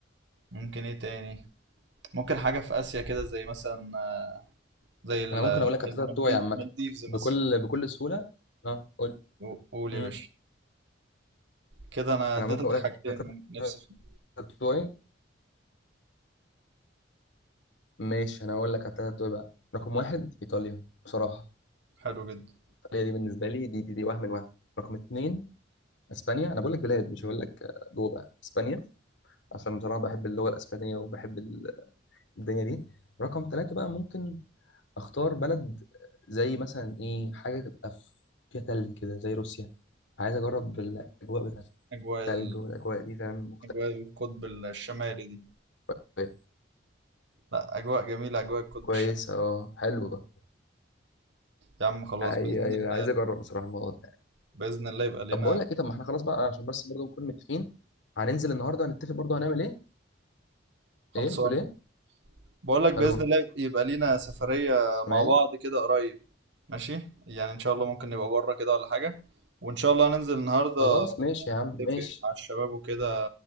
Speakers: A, on the right (about 65°); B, on the left (about 75°).
A: ممكن ايه تاني ممكن حاجة في آسيا كده زي مثلا آه، زي ال-
B: أنا ممكن
A: آه،
B: أقول لك التلاتة
A: المالدي-
B: بتوعي عامة
A: المالديفز
B: بكل
A: مثلا
B: بكل سهولة اه قول
A: و- قول
B: مم.
A: يا باشا كده انا
B: أنا
A: اديتك
B: ممكن أقول لك
A: حاجتين
B: التلاتة
A: من نفسي فيهم
B: بتوعي ماشي انا اقول لك على التلاتة بتوعي بقى رقم واحد ايطاليا بصراحه
A: حلو جدا
B: ايطاليا دي بالنسبه لي دي دي, دي وهم الوهم رقم اتنين اسبانيا انا بقول لك بلاد مش هقول لك آه، جوه بقى اسبانيا عشان بصراحه بحب اللغه الاسبانيه وبحب ال- الدنيا دي رقم تلاته بقى ممكن اختار بلد زي مثلا ايه حاجه تبقى في- فيها تلج كده زي روسيا عايز اجرب الاجواء بتاعت
A: اجواء
B: التلج
A: ال...
B: والاجواء دي فاهم مختلفه
A: اجواء القطب الشمالي دي
B: شويه
A: لا اجواء جميلة اجواء القطب
B: كويسه
A: الشمالي
B: اه حلوه
A: يا عم خلاص
B: ايوه
A: بإذن
B: ايوه
A: الله
B: عايز اجرب بصراحه الموضوع ده
A: بإذن الله يبقى لينا
B: طب بقول لك ايه طب ما احنا خلاص بقى عشان بس برضه نكون متفقين هننزل النهارده هنتفق برضه هنعمل ايه
A: خلصان
B: ايه بتقول ايه
A: بقول لك بإذن
B: الو
A: الله يبقى لينا سفرية
B: سامعني
A: مع بعض كده قريب ماشي يعني ان شاء الله ممكن نبقى بره كده ولا حاجة وان شاء الله هننزل النهارده
B: خلاص ماشي يا عم ماشي
A: نتفق مع الشباب وكده